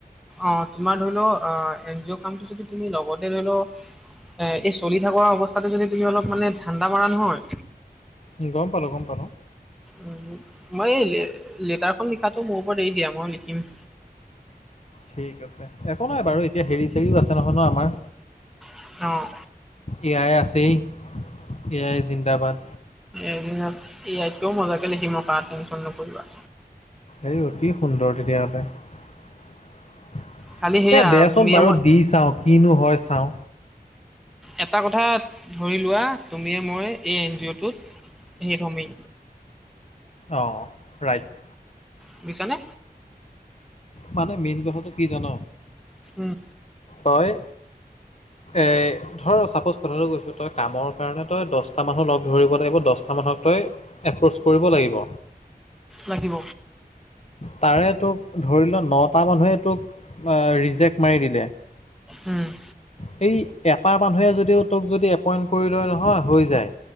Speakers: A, in the centre; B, on the left.
A: অ তোমাৰ ধৰি লও অ এন জি অ কামটো যদি তুমি লগতে ধৰি লও এ এই চলি থকা অৱস্থাতে যদি তুমি অলপ মানে ধান্দা মাৰা নহয়,
B: উম গম পালো গম পালো।
A: উম মই এই লেটাৰখন লিখাতটো মোৰ ওপৰত এৰি দিয়া মই লিখিম।
B: ঠিক আছে একো নাই বাৰু এতিয়া হেৰি চেৰিও আছে নহয় ন আমাৰ।
A: অঁ
B: এ আই আছেই এ আই জিন্দাবাদ।
A: এদিনত এ আইত কৈ মজাকে লিখিম ৰখা টেনশ্যন নকৰিবা।
B: এই অতি সুন্দৰ তেতিয়াহ'লে।
A: খালি সেয়া
B: এ দেচোন
A: তুমিয়ে
B: বাৰু
A: মই
B: দি চাওঁ কিনো হয় চাওঁ।
A: এটা কথা ধৰি লোৱা তুমি মই এই এন জি অ' টোত হেই সিত হমেই।
B: অ ৰাইট।
A: শুনিছানে?
B: মানে মেইন কথাটো কি জান
A: উম
B: হয়, এই ধৰ চাপোজ কথাটো কৈছোঁ তই কামৰ কাৰণে তই দহটা মানুহ লগ ধৰিব লাগিব দহটা মানুহক তই এপ্ৰচ কৰিব লাগিব।
A: লাগিব।
B: তাৰে তোক ধৰি ল নটা মানুহে তোক ৰিজেক্ট মাৰি দিলে,
A: উম।
B: সেই এটা মানুহে যদিও তোক যদি এপইণ্ট কৰি লয় নহয় হৈ যায়।